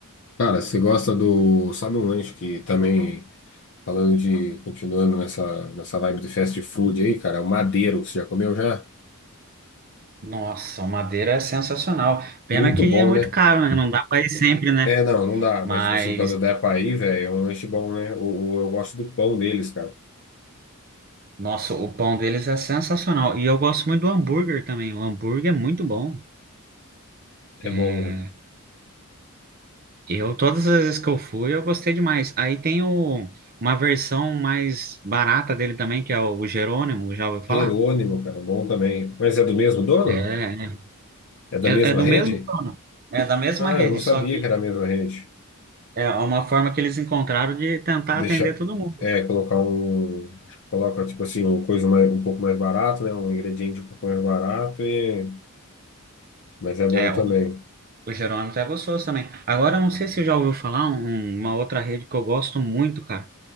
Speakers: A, on the left (about 55°); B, on the right (about 45°).
A: Cara, você gosta do. Sabe um lanche que também. Falando de, continuando nessa, nessa vibe de fast food aí, cara, o Madeiro, você já comeu já?
B: Nossa, o Madeira é sensacional. Pena
A: Muito
B: que
A: bom,
B: é muito
A: né?
B: caro, né? Não dá para ir sempre, né?
A: É, não, não dá,
B: Mas
A: mas tipo assim, quando der pra ir, velho, é um lanche bom, né? O, o- eu gosto do pão deles, cara.
B: Nossa, o pão deles é sensacional. E eu gosto muito do hambúrguer também. O hambúrguer é muito bom.
A: É bom,
B: É,
A: né?
B: eu, todas as vezes que eu fui, eu gostei demais. Aí tem o, uma versão mais barata dele também, que é o Jerônimo, já ouviu falar?
A: Jerônimo, cara, bom também. Mas é do mesmo dono?
B: É,
A: É da
B: é,
A: mesma
B: é do
A: rede?
B: mesmo dono, é da mesma
A: Ah,
B: rede,
A: eu não sabia
B: só que
A: que era a mesma rede.
B: é uma forma que eles encontraram de tentar
A: Deixa,
B: atender todo mundo.
A: é, colocar um, coloca tipo assim, uma coisa mais, um pouco mais barato, né? Um ingrediente um pouco mais barato e, mas é bom
B: É,
A: também.
B: o, o Jerônimo é gostoso também. Agora, eu não sei se você já ouviu falar um- uma outra rede que eu gosto muito, cara.